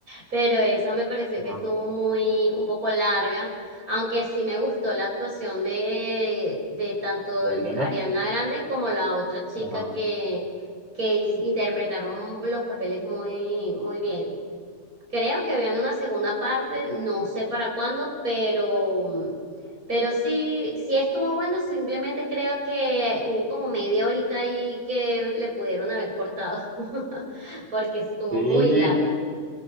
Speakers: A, on the right; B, on the right.
A: pero esa me pareció
B: ajá,
A: que estuvo muy, un poco larga, aunque sí me gustó la actuación de, de tanto
B: de Ariana,
A: Ariana Grande como la otra chica
B: ajá.
A: que que interpretaron los papeles muy, muy bien. Creo que habían una segunda parte, no sé para cuándo, pero, mm, pero sí, sí estuvo bueno, simplemente creo que hubo como media horita ahí que le pudieron haber cortado, <laughs> porque estuvo
B: Sí,
A: muy larga.